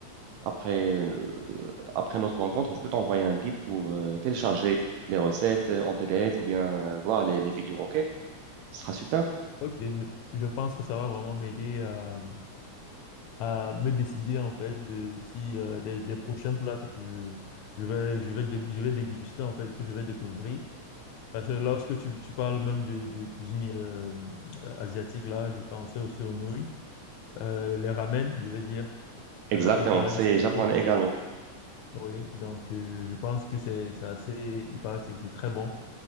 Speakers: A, on the right; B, on the left.
A: Après, euh, après notre rencontre, je peux t'envoyer un guide pour euh, télécharger les recettes euh, en PDF ou bien euh, voir les, les vidéos, ok? Ce sera super.
B: Ok, je, je pense que ça va vraiment m'aider à, à me décider en fait de si euh, des, des prochains plats que je, je vais, je vais, dé- je vais déguster en fait, que je vais découvrir. Parce que lorsque tu, tu parles même de, de cuisine euh, euh, asiatique, là, je pensais aussi aux nouilles. euh, les ramen, je veux dire.
A: Exactement,
B: Euh, il paraît
A: c'est
B: que ça
A: japonais
B: fait-
A: également.
B: Oui, donc euh, je pense que c'est c'est assez... Il paraît que c'est c'est très bon.